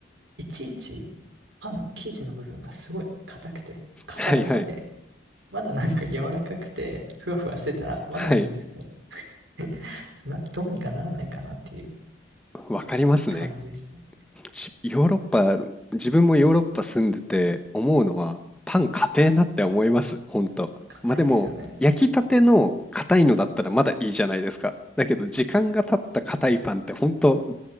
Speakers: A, on the right; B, in the centre.
A: いちいちパンの生地の部分がすごい硬くて、カサカサで、
B: はいはい。
A: まだなんか柔らかくて、ふわふわしてたらまだいいんですけど
B: はい。
A: <laughs>、そんなどうにかならないかなっていう
B: わかりますね。
A: 感じでしたね。
B: じヨーロッパ、自分もヨーロッパ住んでて思うのは、パン硬えなって思います、ほんと。
A: 硬いですよね。
B: まあでも、焼きたての硬いのだったらまだいいじゃないですか。だけど、時間が経った硬いパンってほんと、